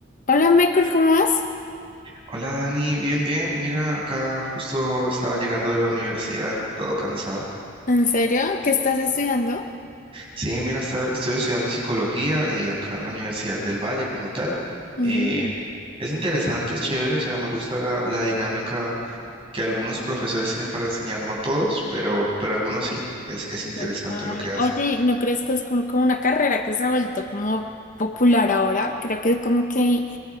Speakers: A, on the left; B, on the right.
A: Hola Michael, ¿cómo vas?
B: Hola Dani, bien, bien. Mira, acá justo estaba llegando de la universidad, todo cansado.
A: ¿En serio? ¿Qué estás estudiando?
B: Sí, mira, está- estoy estudiando psicología eh, acá en la Universidad del Valle como tal.
A: Mm,
B: Eh, es interesante, es chévere, o sea, me gusta la, la dinámica que algunos profesores tienen para enseñar, no todos, pero, pero algunos sí, es, es interesante
A: total.
B: lo que hacen.
A: Oye, ¿no crees que es como, como una carrera que se ha vuelto como popular ahora? Creo que como que